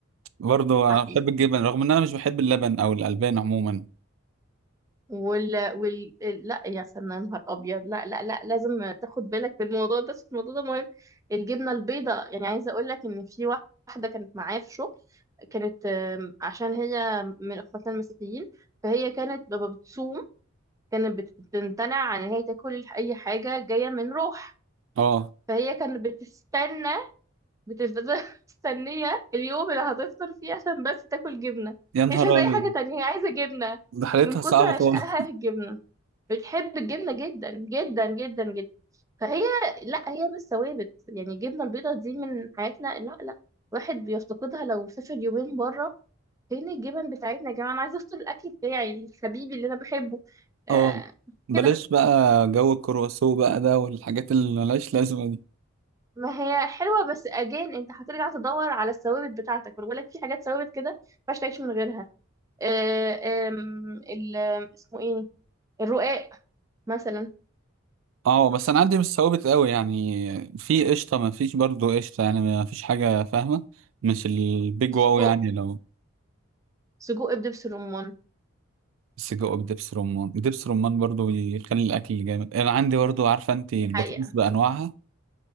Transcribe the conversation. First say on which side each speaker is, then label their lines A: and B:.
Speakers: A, on the right; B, on the right.
A: برضه
B: حقيقي
A: انا بحب الجبن رغم ان انا مش بحب اللبن او الالبان عموما
B: وال وال لا يا سنة يا نهار ابيض لا لا لا لازم تاخد بالك في الموضوع ده بس الموضوع ده مهم الجبنه البيضاء يعني عايزه اقول لك ان في واحده كانت معايا في شغل كانت آم، عشان هي من اخواتنا المسيحيين فهي كانت ب- بتصوم كانت بت- بتمتنع عن ان هي تاكل الح- اي حاجه جايه من روح
A: اه
B: فهي كانت بتستنى بتفضل <laughs> مستنيه اليوم اللي هتفطر فيه عشان بس تاكل جبنه
A: يا نهار
B: هي مش عايزه اي
A: ابيض
B: حاجه تانية هي عايزه جبنه
A: ده حالتها
B: من كتر
A: صعبه
B: عشقها
A: خالص
B: الجبنه بتحب الجبنة جدا جدا جدا جدا فهي لا هي مش ثوابت يعني الجبنة البيضاء دي من حياتنا لا لا واحد بيفتقدها لو سافر يومين بره فين الجبن بتاعتنا يا جماعة أنا عايزة أفطر الأكل بتاعي الحبيبي اللي أنا بحبه آه
A: اه بلاش
B: كده
A: بقى جو الكرواسو بقى ده والحاجات اللي ملهاش لازمه
B: ما هي حلوة بس أجان أنت هترجع تدور على الثوابت بتاعتك وأنا بقول لك في حاجات ثوابت كده ما ينفعش تعيش من غيرها آه آم، ال- آم، اسمه إيه الرقاق مثلا
A: اه بس انا عندي مش ثوابت قوي يعني في قشطه ما فيش برضو قشطه يعني ما فيش حاجه فاهمه مش البيج
B: سجق
A: واو يعني لو
B: سجق بدبس الرمان
A: بس جوه دبس رمان دبس رمان برضو يخلي الاكل جامد انا عندي برضو عارفه انت
B: دي
A: البطاطس
B: حقيقة
A: بانواعها